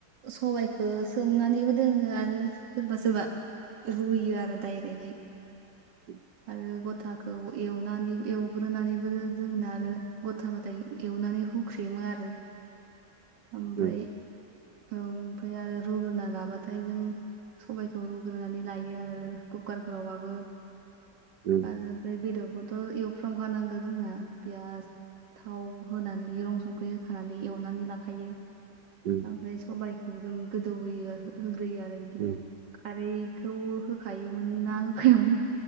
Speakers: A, on the right; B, on the right.
A: सबाइखौ सोमनानैबो दोनो। आरो सोरबा सोरबा रुयो आरो डायरेकयै।
B: <inaudible>
A: आरो गथाखौ एवनानै एवग्रोनानैबो जोंना आरो गथाबाथाय एवनानै। हुख्रेमो आरो।
B: <inaudible>
A: ओमफ्राय
B: उम
A: ओमफ्राय आरो रुग्रोना लाबाथाय। फ्रायजों सबायखौ रुग्रोनानै लायो आरो कुकारफोरावबाबो।
B: उम
A: आरो ओमफ्राय बेदरखौथ' एवफ्राम खानांगौ जोङो पियास। थाव होनानै रं संख्रि होखानानै एवनानै लाखायो।
B: उम
A: ओमफ्राय सबायाइखौ जों गोदौहोयो। होग्रोयो आरो
B: उम
A: बिदिनो खारैखौ होखायोमोन ना होखायावोन।